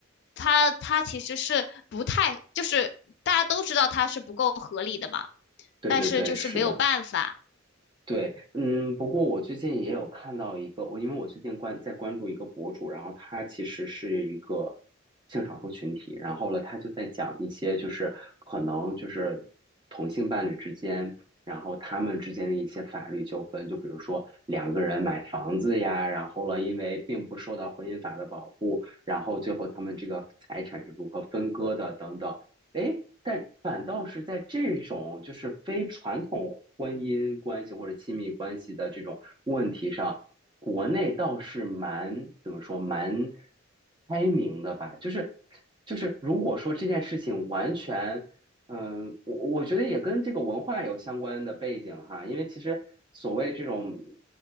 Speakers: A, on the left (about 60°); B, on the right (about 25°).
A: 他他其实是不太，就是大家都知道他是不够合理的嘛，
B: 对对对，
A: 但是就是没有办法，
B: 是的。对，嗯，不过我最近也有看到一个，我因为我最近关在关注一个博主，然后他其实是一个性少数群体，然后了他就在讲一些就是可能就是同性伴侣之间，然后他们之间的一些法律纠纷，就比如说两个人买房子呀，然后了因为并不受到婚姻法的保护，然后最后他们这个财产是如何分割的等等，诶，但反倒是在这种就是非传统婚姻关系或者亲密关系的这种问题上，国内倒是蛮怎么说蛮开明的吧？就是就是如果说这件事情完全，嗯，我我觉得也跟这个文化有相关的背景哈，因为其实所谓这种